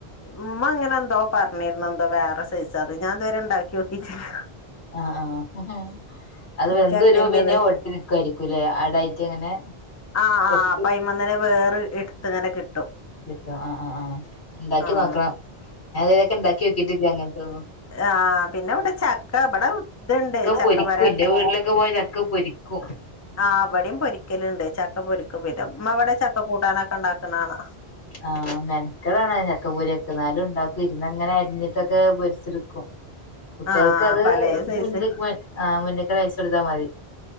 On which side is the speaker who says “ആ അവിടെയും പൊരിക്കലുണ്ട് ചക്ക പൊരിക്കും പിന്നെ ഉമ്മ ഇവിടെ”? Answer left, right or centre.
Left